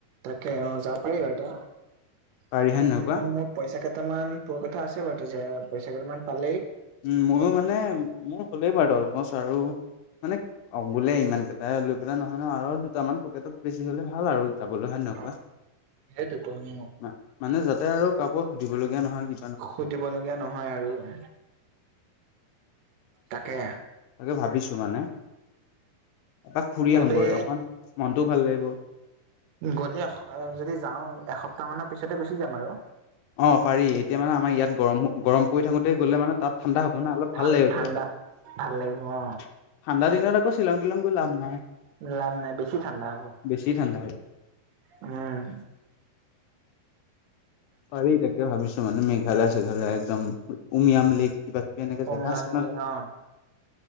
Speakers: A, on the right (about 80°); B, on the left (about 80°).
A: তাকে অ যাব পাৰি বাৰু তাত।
B: পাৰি হয় নহয়
A: মানে
B: কোৱা?
A: মোক পইচা কেইটামান পোৱা কথা আছে বাৰু যে পইচা কেইটামান পালেই
B: উ ময়ো মানে মোৰ হ'লেই বাৰু <unintelligible> আৰু মানে অ বোলে ইমান কেইটাই লৈ পেলাই নহয় ন আৰু দুটামান পকেটত বেছি হ'লে ভাল আৰু। যাবলৈ হয় নে নাই
A: অ
B: কোৱা?
A: সেইটোতো উম
B: মা মানে যাতে আৰু কাকো সুধিবলগীয়া নহয় কি
A: সুধিবলগীয়া নহয় আৰু অ। তাকে
B: তাকে ভাবিছোঁ মানে, এপাক ফুৰি
A: গ'লে
B: আহোগৈ অকণ মনটোও ভাল লাগিব।
A: গ'লে যদি যাওঁ এসপ্তাহমানৰ পিছতে গুচি যাম আৰু।
B: অ পাৰি এতিয়া মানে আমাৰ ইয়াত গৰম গৰম পৰি থাকোতেই গ'লে মানে তাত ঠাণ্ডা হ'ব না অলপ
A: ঠান
B: ভাল লাগিব
A: ঠাণ্ডা
B: কিবা এটা।
A: ভাল লাগিব অ
B: ঠাণ্ডা দিনত আকৌ শ্বিলং-টিলং গৈ লাভ নাই।
A: লাভ নাই বেছি ঠাণ্ডা হ'ব।
B: বেছি ঠাণ্ডা হৈ যায়।
A: উম।
B: পাৰি তাকে ভাবিছোঁ মানে মেঘালয়-চেঘালয়া একদম উমিয়াম লেক কিবা কিবি এনেকে
A: উমলাংলি
B: জেগা আছে ন
A: অ